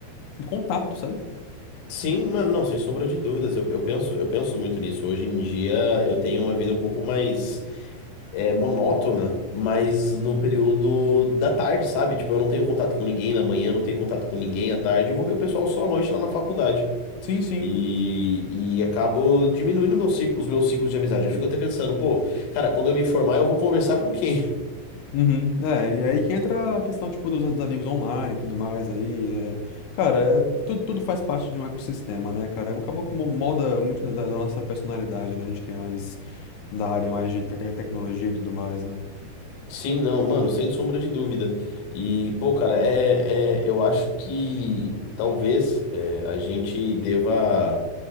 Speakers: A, on the left; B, on the left.
A: do contato, sabe?
B: Sim, mano, não, sem sombra de dúvidas. Eu, eu penso, eu penso muito nisso. Hoje em dia eu tenho uma vida um pouco mais é, monótona, mas no período da tarde, sabe? Tipo, eu não tenho contato com ninguém na manhã, não tenho contato com ninguém à tarde. Eu vou ver o pessoal só à noite lá na faculdade.
A: Sim, sim.
B: E, e acabo diminuindo meu ciclo- os meus ciclos de amizade. Eu fico até pensando, pô, cara, quando eu me formar, eu vou conversar com quem?
A: Uhum. É, e aí que entra a questão, tipo, dos, dos amigos online e tudo mais aí. é. Cara, é, tudo, tudo faz parte de um ecossistema, né, cara? Acabou que mo- molda muito da, da nossa personalidade, né? A gente que é mais da área mais de te- tecnologia e tudo mais, né?
B: Sim, não, mano, sem sombra de dúvida. E, pô, cara, é, é- eu acho que talvez é, a gente deva